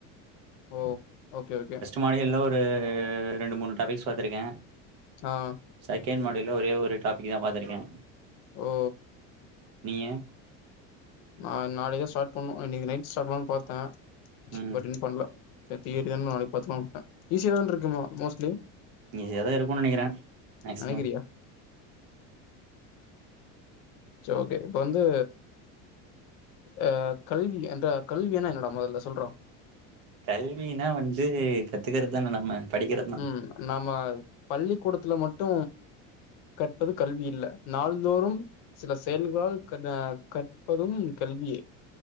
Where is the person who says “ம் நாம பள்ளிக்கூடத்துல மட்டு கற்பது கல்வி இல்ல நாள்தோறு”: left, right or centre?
Left